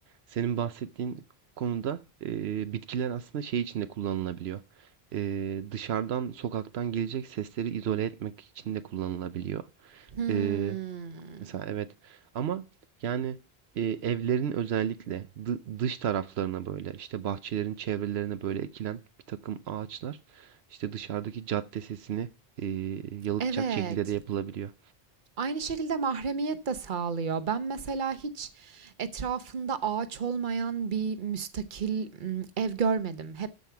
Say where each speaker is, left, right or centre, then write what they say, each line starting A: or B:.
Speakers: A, on the right (about 85°); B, on the right (about 55°).
A: senin bahsettiğin konuda eee, bitkiler aslında şey için de kullanılabiliyor. Eee, dışarıdan sokaktan gelecek sesleri izole etmek için de kullanılabiliyor.
B: Hmm.
A: Eee Mesela evet ama yani e, evlerin özellikle dı- dış taraflarına böyle işte bahçelerin çevrelerine böyle ekilen bir takım ağaçlar işte dışarıdaki cadde sesini e, yalıtacak
B: Evet.
A: şekilde de yapılabiliyor.
B: Aynı şekilde mahremiyet de sağlıyor. Ben mesela hiç etrafında ağaç olmayan bir müstakil m, ev görmedim. Hep